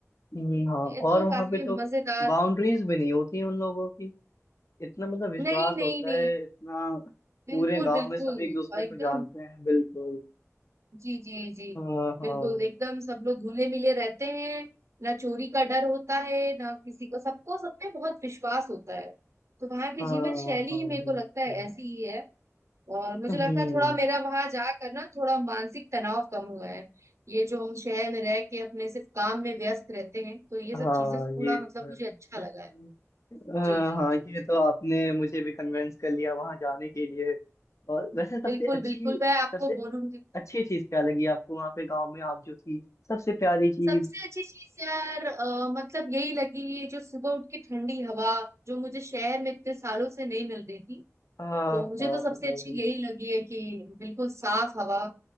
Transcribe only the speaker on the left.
ये हाँ
और
वहां
पे तो
बाउंड्रीज भी नहीं होती उन लोगों की इतना मतलब विश्वास
होता
है इतना
पूरे गांव
में सब एक दूसरे
को जानते हैं बिल्कुल
हाँ हाँ
हाँ
हाँ
बिल्कुल
हम्म,
हाँ
ये तो
है।
हाँ
हाँ,
ये तो आपने मुझे भी कन्विंस कर लिया वहां जाने के लिए और वैसे सबसे
अच्छी
सबसे
अच्छी चीज क्या लगी आपको वहाँ पे गांव में आप जो थी सबसे प्यारी चीज
हाँ
हाँ
हाँ